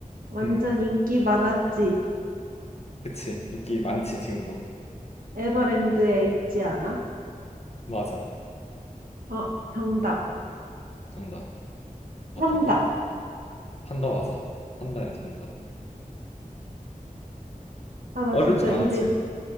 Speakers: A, on the right (about 75°); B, on the left (about 45°).
A: 완전
B: 음,
A: 인기 많았지.
B: 그치. 인기 많지, 지금도.
A: 에버랜드에 있지 않아?
B: 맞아.
A: 어, 정답.
B: 정답. 어떤
A: 판다.
B: 거? 판다 맞아. 판다야, 정답은.
A: 아, 나
B: 어렵지
A: 진짜
B: 않았지?
A: 이제,